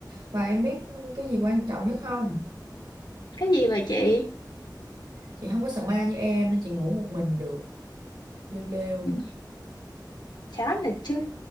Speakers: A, on the right (about 75°); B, on the left (about 80°).
A: và em biết cái gì quan trọng nhất không
B: Cái gì vậy chị?
A: chị không có sợ ma như em nên chị ngủ một mình được lêu lêu
B: Ừ, chán là chứ.